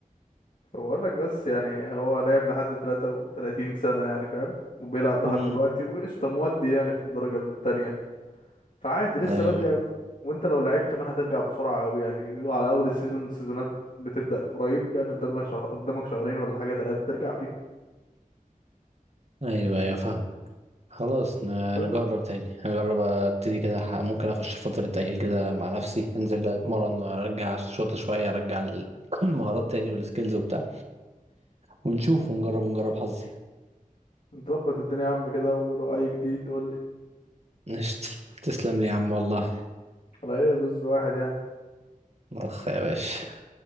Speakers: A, on the left; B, on the right.
A: بقول لك بس يعني هو لعب لحد 33 سنة يعني فاهم وبيلعب لحد
B: امم
A: دلوقتي وقشطة مودي يعني في الدرجة التانية فعادي لسه
B: ايوه
A: بدري قوي وانت لو لعيب كمان هترجع بسرعة قوي يعني وعلى اول السيزون السيزونات بتبدأ قريب يعني قدامنا شهر قدامك شهرين ولا حاجة تلاتة ترجع فيهم
B: ايوه ايوه فاهم خلاص ن-
A: بس
B: نجرب تاني نجرب ابتدي كده ح- ممكن اخش فترة تأهيل كده مع نفسي انزل اتمرن وارجع الشوطة شوية ارجع ال- <laughs> المهارات تاني والسكيلز وبتاع ونشوف ونجرب ونجرب حظي
A: نظبط الدنيا يا عم كده ولو اي جديد قول
B: قشطة. تسلم لي يا عم والله
A: على ايه زوز واحد يعني
B: اخ يا باشا